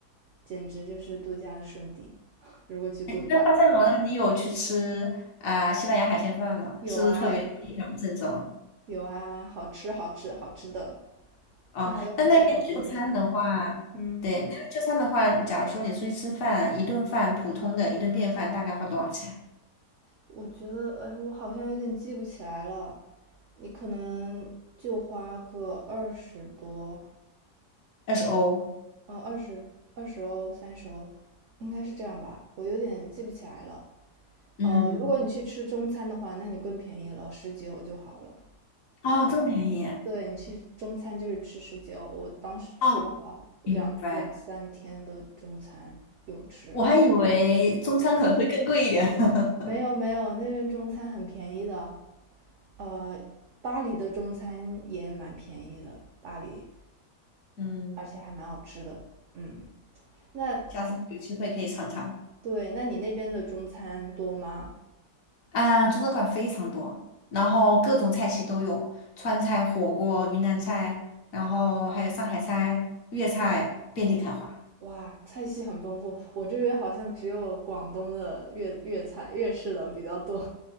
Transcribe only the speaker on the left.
哎那巴塞罗那你有去吃啊、西班牙海鲜饭吗？
是不是特别地道正宗？
哦，
那那边就餐的话，
对，那边就餐的话，假如说你出去吃饭，一顿饭普通的一顿便饭大概花多少钱？
二十欧。
嗯，
哦，这么便宜。
哦，
明白。
我还以为中餐可能会更贵一点。<laughs>
嗯，
下次有机会可以尝尝。
啊，中餐馆非常多，然后各种菜系都有，川菜、火锅、云南菜，然后还有上海菜、粤菜，遍地开花。